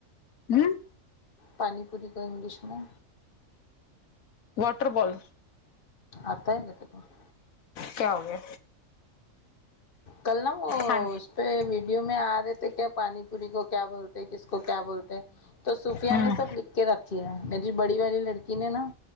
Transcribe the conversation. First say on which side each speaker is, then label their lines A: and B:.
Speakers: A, on the left; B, on the left.
A: ہوں
B: پانی پوری کو انگلش میں
A: واٹر بال
B: آتا ہے <unintelligible>
A: کیا ہو گیا
B: کل نا وہ
A: ہاں
B: اس پہ ویڈیو میں آ رہے تھے کیا پانی پوری کو کیا بولتے کس کو کیا بولتے ہیں تو سوفیا
A: ہاں
B: نے سب لکھ کے رکھیا ہے میری بڑی والی لڑکی نے نا